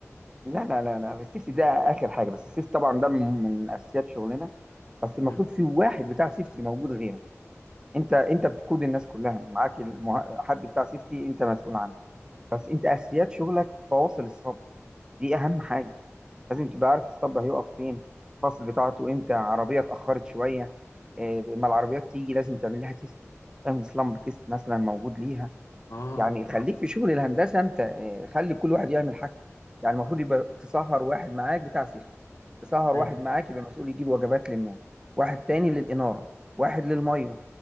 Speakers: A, on the right; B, on the left.
A: لا لا لا لا السيفتي ده اخر حاجه بس السيفتي طبعا ده من من اساسيات شغلنا بس المفروض
B: مم.
A: في واحد بتاع سيفتي موجود غيرك انت انت بتقود الناس كلها يعني معاك المه... حد بتاع سيفتي انت مسؤول عنه بس انت اساسيات شغلك فواصل الصب دي اهم حاجه لازم تبقى عارف الصب هيقف فين الفاصل بتاعته امتى عربيه اتاخرت شويه إيه، لما العربيات تيجي لازم تعمل لها تيست تعمل سلامب تيست مثلا موجود ليها
B: اه
A: يعني خليك في شغل الهندسه انت آه، خلي كل واحد يعمل حاجته يعني المفروض يبقى تسهر واحد معاك بتاع سيفتي تسهر
B: أيوة.
A: واحد معاك يبقى مسؤول يجيب وجبات للناس واحد تاني للاناره واحد للميه